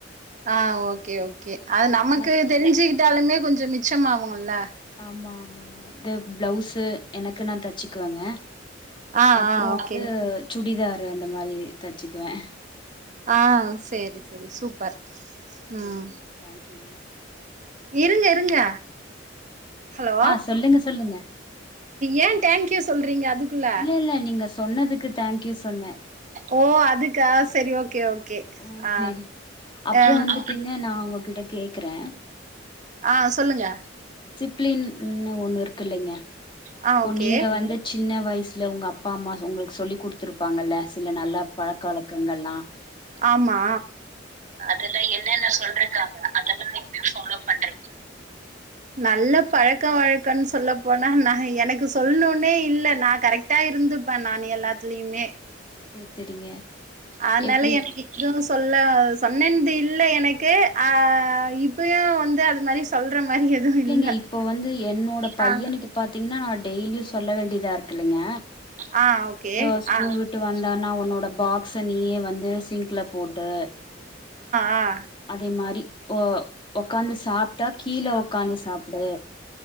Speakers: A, on the right; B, on the left.
A: ஆ ஓகே ஓ. கே அது நமக்கு
B: எனக்
A: தெரிஞ்சுக்கிட்டாலுமே கொஞ்சோ மிச்சம்மாவுல்ல.
B: ஆமா ஆமாங்க த பிளவுஸு எனக்கு நா தச்சுக்குவங்க
A: ஆ
B: அப்றோ
A: ஆ ஓகே
B: வந்து சுடிதாரு அந்த மாரி தச்சிக்குவே.
A: ஆ சேரி சேரி சூப்பர்.
B: சேரிங்க
A: ம்
B: தேங்க்யூங்க.
A: இருங்க இருங்க. ஹலோ
B: ஆ சொல்லுங்க சொல்லுங்க
A: ஏ டேங்க்யூ சொல்றீங்க அதுக் குள்ள
B: இல்ல இல்ல நீங்க சொன்னதுக்கு தேங்க்யூ சொன்னே
A: ஓ அதுக்கா செரி ஓகே ஓகே.
B: ஓ
A: ஆ
B: சேரி அப்புறோ
A: அ
B: வந்துட்டுங்க நா உங்ககிட்ட கேக்குறே
A: ஆ சொல்லுங்க.
B: ப்ளின்னு ஒன்னு இர்க்கிள்லிங்க.
A: ஆ
B: இப்போ
A: ஓகே
B: நீங்க வந்து சின்ன வய்சுல உங்க அப்பா அம்மா உங்களுக்கு சொல்லி குடுத்துருப்பாங்கல்ல சில நல்ல பழக்க வழக்கங்கள்லா
A: ஆமா அதெல்லா என்னென்ன சொல்றக்காங்க அதெல்லா இப்பியு ஃபாலோ பண்ற நல்லப் பழக்க வழக்கன் சொல்ல போனா நா எனக்கு சொல்னுனே இல்ல நா கரக்ட்டாயிருந்து ப்ப நானு எல்லாத்துலயுமே
B: சேரி சேரிங்க
A: அனால
B: எப்டி
A: எனக்கு இதுவு சொல்ல சொன்னேன்து இல்ல எனக்கு ஆ இப்பயு வந்து அது மாரி சொல்ற மாரி எதுவு
B: இல்லைங்க
A: இல்ல
B: இப்போ வந்து என்னோட பையனுக்கு
A: ஆ
B: பாத்தீங்கன்னா நா டெய்லியு சொல்ல வேண்டியதா இருக்கு இல்லைங்க
A: ஆ ஓகே
B: இப்போ ஸ்கூல்
A: ஆ
B: விட்டு வந்தானா உன்னோட பாக்ஸ நீயே வந்து சிங்க்ல போட்டு
A: ஆ அ
B: அதே மாரி ஒ ஒக்காந்து சாப்ட்டா கீழ ஒக்காந்து சாப்டு